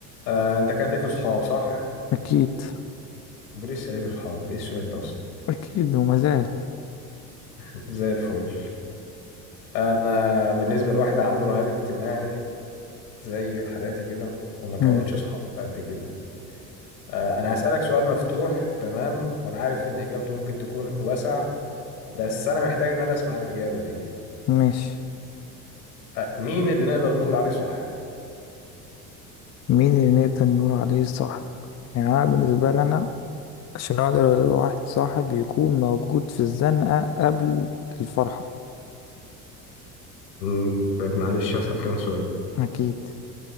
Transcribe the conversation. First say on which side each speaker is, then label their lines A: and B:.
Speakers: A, on the left (about 85°); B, on the left (about 35°).
A: آه، انت كان ليك اصحاب صح؟
B: أكيد
A: لسه ليك اصحاب ايه السؤال ده اصلا؟
B: أكيد وما زال
A: <laughs> زي الفل انا بالنسبه لواحد عنده رهاب اجتماعي زي حالاتي كده وما كونش
B: مم.
A: اصحاب قد كده آه، انا هسالك سؤال مفتوح تمام وانا عارف ان اجابته ممكن تكون واسع بس انا محتاج ان انا اسمع الاجابه دي
B: ماشي
A: آه، مين اللي نقدر نقول عليه صاحب؟
B: مين اللي نقدر نقول عليه صاحب يعني أنا بالنسبة لي أنا عشان أقدر أقول واحد صاحب يكون موجود في الزنقة قبل الفرحة
A: مم، طب معلش هسأل كمان سؤال
B: أكيد